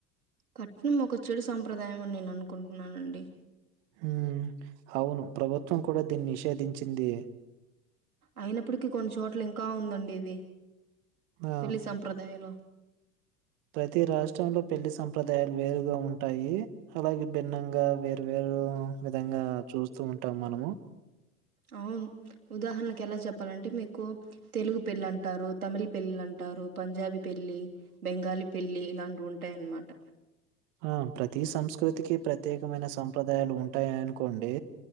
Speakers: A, on the right (about 80°); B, on the right (about 55°).
A: కట్నం ఒక చెడు సాంప్రదాయం అని నేను అనుకుంటున్నానండి
B: హ అవును ప్రభు త్వం కూడా దీన్ని నిషేధించింది
A: అయినప్పటికీ కొన్ని చోట్ల ఇంకా ఉందండి ఇది
B: ఆ!
A: పెళ్లి సంప్రదాయాలో
B: ప్రతి రాష్ట్రంలో పెళ్లి సంప్రదాయాలు వేరుగా ఉంటాయి అలాగే భిన్నంగా వేరు వేరు విధంగా చూస్తూ ఉంటాం మనము
A: అవును ఉదాహరణకు ఎలా చెప్పాలంటే మీకు తెలుగు పెళ్ళి అంటారు తమిళ పెళ్ళి అంటారు పంజాబీ పెళ్లి బెంగాలీ పెళ్ళి ఇలాంటివి ఉంటాయిన్మాట
B: ఆ ప్రతి సంస్కృతికి ప్రత్యేకమైన సంప్రదా ఆదాయాలు ఉంటాయి అనుకోండి